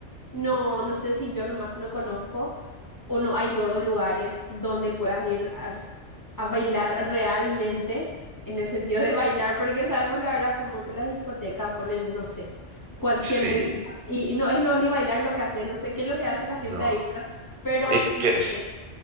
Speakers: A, on the left; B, on the right.
A: No, no sé si yo nomás no conozco o no hay luego lugares donde puedas ir a, a bailar realmente, en el sentido de bailar, porque sabemos que ahora famosas las discotecas ponen, no sé, cualquier
B: Sí.
A: música. Y, y no es lo ni bailar lo que hace, no sé qué es lo que hace la gente
B: No.
A: ahí, ¿verdad? Pero
B: Es
A: sí,
B: que...
A: eh,